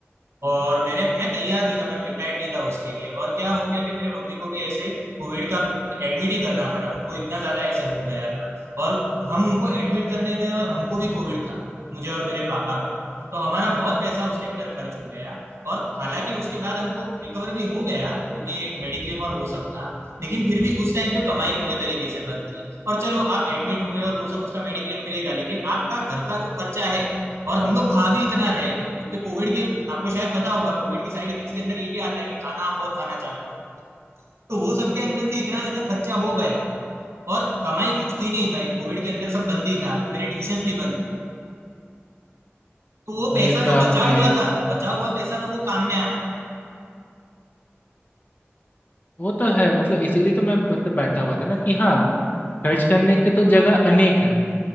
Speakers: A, on the right (about 80°); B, on the left (about 45°).
A: और मैंने मैं तैयार नहीं था मैं प्रिपेयर्ड नहीं था उसके लिए और क्या हो गया कि मेरे मम्मी को भी ऐसे कोविड का एडमिट ही करना पड़ा उनको इतना ज्यादा ऐसे हो गया था और हम उनको एडमिट करने गए और हमको भी कोविड था मुझे और मेरे पापा को तो हमारा बहुत पैसा उसके अंदर खर्च हो गया और हालांकि उसके बाद हमको रिकवर भी हो गया क्योंकि मेडिक्लेम और वो सब था लेकिन फिर भी उस टाइम पे कमाई पूरे तरीके से बंद थी और चलो आप एडमिट हुए और वो सब उसका मेडिक्लेम मिलेगा लेकिन आपका घर का जो खर्चा है और हम लोग खा भी इतना रहे थे क्योंकि कोविड के आपको शायद पता होगा कोविड के साइड इफेक्ट्स के अंदर ये भी आता है कि खाना आप बहुत खाना चालू करो तो वो सबके अंदर भी इतना ज्यादा खर्चा हो गया और कमाई कुछ थी नहीं भाई कोविड के अंदर सब बंद ही था तो मेरे ट्यूशन भी बंद थे तो वो
B: ये
A: पैसा
B: तो
A: जो
B: आपने
A: बचा हुआ था बचा हुआ पैसा था वो काम में आया
B: वो तो है मतलब इसीलिए तो मैं मतलब बैठा हुआ था ना कि हाँ खर्च करने के तो जगह अनेक है